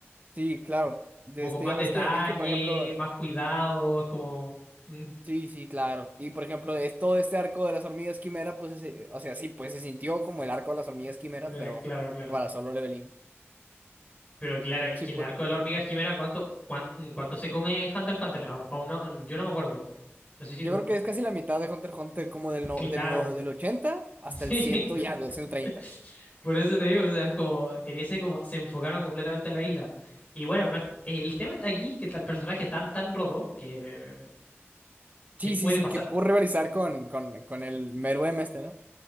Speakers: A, on the right (about 35°); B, on the left (about 30°).
A: Sí, claro. De
B: como
A: este,
B: con más
A: ya
B: detalle,
A: ves que, es que, por ejemplo,
B: más cuidado, es como. mm,
A: sí, sí, claro. Y por ejemplo, es todo este arco de las hormigas quimera, pues, ese- o sea, sí, pues se sintió como el arco de las hormigas quimera,
B: mira,
A: pero
B: Claro, claro.
A: para solo leveling.
B: Pero claro, es
A: Sí,
B: que
A: pues.
B: en el arco de la hormiga esquimera, ¿cuánto, cuán- cuánto se come Hunter x Hunter? Yo Aún, aún no, yo no me acuerdo. No sé si
A: Yo
B: tú.
A: creo que es casi la mitad de Hunter x Hunter, como del, no,
B: Claro.
A: del, no, del 80 hasta
B: Sí.
A: el 100
B: <laughs>
A: y algo, ciento treinta
B: Por eso te digo, o sea, es como. En ese, como. Se enfocaron completamente en la isla. Y bueno, no es- el tema está aquí, que está el personaje tan, tan roto, que
A: Sí,
B: Que puede
A: sí, sí,
B: pasar,
A: que pudo rivalizar con, con, con el Meruem este, ¿no?